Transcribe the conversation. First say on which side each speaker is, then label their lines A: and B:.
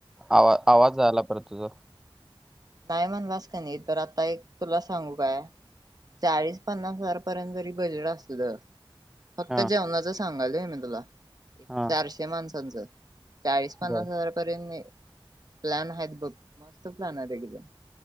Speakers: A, in the centre; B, on the right (about 45°).
A: आवा आवाज जायाला परत तुझ.
B: नाही म्हणलास कणी तर आता एक तुला सांगू काय? चाळीस पन्नास हजारपर्यंत जरी बजेट असल. फक्त
A: हा
B: जेवणाच सांगालय मी तुला चारशे
A: हा
B: माणसाचं. चाळीस पन्नास
A: बर
B: हजारपर्यंत प्लॅन आहेत बघ मस्त प्लॅन आहेत एकदम.